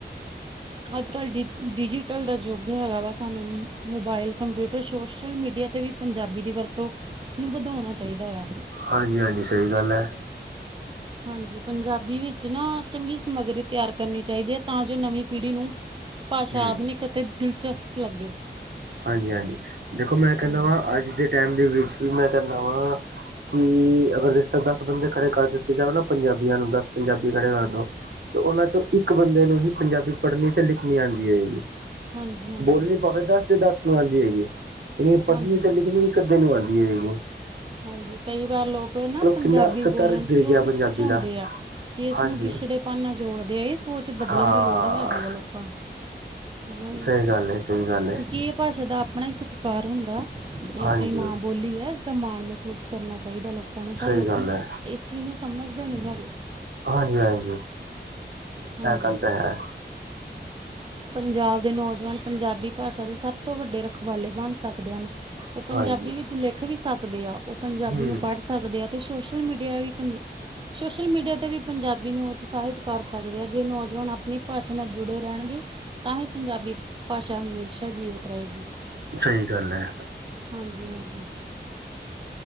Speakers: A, on the right (about 25°); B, on the right (about 65°).
A: ਅੱਜ-ਕੱਲ ਡਿਜ, ਡਿਜੀਟਲ ਦਾ ਯੁੱਗ ਹੈਗਾ ਵਾ ਸਾਨੂੰ। ਮੋਬਾਇਲ, ਕੰਪਿਊਟਰ, ਸੋਸ਼ਲ ਮੀਡੀਆ ਤੇ ਵੀ ਪੰਜਾਬੀ ਦੀ ਵਰਤੋਂ ਨੂੰ ਵਧਾਉਣਾ ਚਾਈਦਾ ਹੇਗੈ।
B: ਹਾਂਜੀ, ਹਾਂਜੀ ਸਈ ਗਾੱਲ ਐ।
A: ਹਾਂਜੀ, ਪੰਜਾਬੀ ਵਿੱਚ ਨਾ ਚੰਗੀ ਸਮੱਗਰੀ ਤੇਆਰ ਕਰਨੀ ਚਾਈਦੀ ਏ, ਤਾਂ ਜੋ ਨਵੀਂ ਪੀੜੀ ਨੂੰ ਭਾਸ਼ਾ
B: ਹਮ
A: ਆਦੁਨਿਕ ਅਤੇ ਦਿਲਚਸਪ ਲੱਗੇ।
B: ਹਾਂਜੀ, ਹਾਂਜੀ ਦੇਖੋ ਮੈਂ ਕੈਂਦਾ
A: ਹਾਂਜੀ
B: ਵਾ, ਅੱਜ ਦੇ ਟਾਈਮ ਦੇ ਵਿੱਚ ਵੀ ਮੈਂ ਕੈਂਦਾ ਵਾਂ ਕਿ ਅਗਰ ਜਿੱਸੇ ਦਾੱਸ ਬੰਦੇ ਖੜੇ ਕਰ ਦਿੱਤੇ ਜਾਓ ਨਾ ਪੰਜਾਬੀਆਂ ਨੂੰ, ਦਾੱਸ ਪੰਜਾਬੀ ਖੜੇ ਕਰ ਦੋ ਤੇ ਓਨਾਂ ਚੋਂ ਇੱਕ ਬੰਦੇ ਨੂੰ ਹੀ ਪੰਜਾਬੀ ਪੜਨੀ ਤੇ ਲਿੱਖਨੀ ਆਂਦੀ ਹੋਏਗੀ।
A: ਹਾਂਜੀ ਹਾਂਜੀ
B: ਬੋਲਨੀ ਭਾਵੇਂ ਦਾੱਸ ਤੇ ਦਾੱਸ ਨੂੰ ਆਂਦੀ ਹੋਏਗੀ ਲੇਕਿਨ ਪੜਨੀ
A: ਹਾਂਜੀ
B: ਤੇ ਲਿੱਖਨੀ ਇੱਕ ਅੱਧੇ ਨੂੰ ਆਂਦੀ ਹੋਏਗੀ।
A: ਹਾਂਜੀ, ਕਈ ਵਾਰ ਲੋਕ ਨਾ ਪੰਜਾਬੀ
B: ਕਿੰਨਾ ਸਤਰ
A: ਬੋਲਨ
B: ਗਿਰ
A: ਚੋਂ
B: ਗਿਆ
A: ਹਿਚਕਿਚਾਉਂਦੇ
B: ਪੰਜਾਬੀ ਦਾ
A: ਐ। ਕੇ ਇਸ
B: ਹਾਂਜੀ
A: ਨੂੰ ਬਿਛੜੇਪਨਾ ਜੋੜਦੇ, ਏ ਸੋਚ ਬਦਲਨ
B: ਹਾਂ
A: ਦੀ ਲੋੜ ਹੈਗੀ ਐ ਲੋਕਾਂ ਨੂੰ। ਗਲ
B: ਸਹੀ ਗੱਲ ਹੈ ਸਹੀ ਗੱਲ ਹੈ
A: ਕਿਉਂਕਿ ਭਾਸ਼ਾ ਦਾ ਆਪਣਾ ਹੀ ਸੱਤਕਾਰ ਹੁੰਦੈ, ਏ
B: ਹਾਂਜੀ
A: ਅਪਣੀ ਮਾਂ ਬੋਲੀ ਐ। ਤਾਂ ਮਾਣ ਮੈਹਸੂਸ ਕਰਨਾ ਚਾਈਦਾ ਲੋਕਾਂ ਨੂੰ, ਪਰ
B: ਸਹੀ
A: ਲੋਕੀ
B: ਗੱਲ ਹੈ
A: ਏਸ ਚੀਜ ਨੂੰ ਸਮਝਦੇ ਨੀ ਹੈਗੇ।
B: ਹਾਂਜੀ, ਹਾਂਜੀ
A: ਹਾਂਜੀ
B: ਐ ਗਾੱਲ ਤਾ ਹੈ।
A: ਪੰਜਾਬ ਦੇ ਨੌਜਵਾਨ ਪੰਜਾਬੀ ਭਾਸ਼ਾ ਦੇ ਸਬ ਤੋਂ ਵੱਡੇ ਰਖਵਾਲੇ ਬਨ ਸਕਦੇ ਹਨ। ਓ ਪੰਜਾਬੀ
B: ਹਾਂਜੀ
A: ਵਿੱਚ ਲੇੱਖ ਵੀ ਸਕਦੇ ਆ, ਓ ਪੰਜਾਬੀ
B: ਹਮ
A: ਨੂੰ ਪਢ ਸ ਸਕਦੇ ਆ ਤੇ ਸੋ਼ਸ਼ਲ ਮੀਡੀਆ ਵੀ ਪੰਜਾ ਸੋਸ਼ਲ ਮੀਡੀਆ ਤੇ ਵੀ ਪੰਜਾਬੀ ਨੂੰ ਉਤਸ਼ਾਹਿਤ ਕਰ ਸਕਦੇ ਆ, ਜੇ ਨੌਜਵਾਨ ਆਪਨੀ ਭਾਸ਼ਾ ਨਾਲ ਜੁੜੇ ਰੈਣਗੇ, ਤਾਂ ਹੀ ਪੰਜਾਬੀ ਭਾਸ਼ਾ ਹਮੇਸ਼ਾ ਜੀਵਿਤ ਰਏਗੀ।
B: ਸਈ ਗੱਲ ਐ।
A: ਹਾਂਜੀ, ਹਾਂਜੀ।